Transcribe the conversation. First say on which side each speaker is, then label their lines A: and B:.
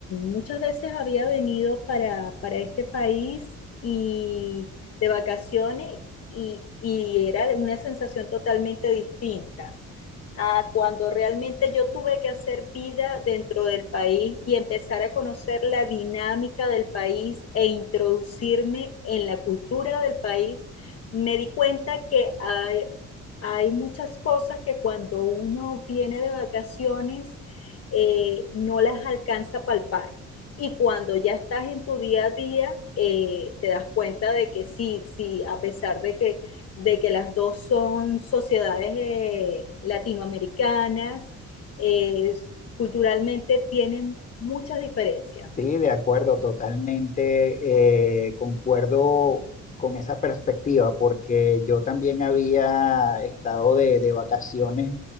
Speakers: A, on the left; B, on the left.
A: muchas veces había venido para, para este país y de vacaciones y, y era una sensación totalmente distinta a cuando realmente yo tuve que hacer vida dentro del país y empezar a conocer la dinámica del país e introducirme en la cultura del país, me di cuenta que hay, hay muchas cosas que cuando uno viene de vacaciones eh, no las alcanza a palpar. Y cuando ya estás en tu día a día, eh, te das cuenta de que sí, sí, a pesar de que, de que las dos son sociedades eh, latinoamericanas, eh, culturalmente tienen muchas diferencias.
B: Sí, de acuerdo, totalmente, eh, concuerdo con esa perspectiva, porque yo también había estado de, de vacaciones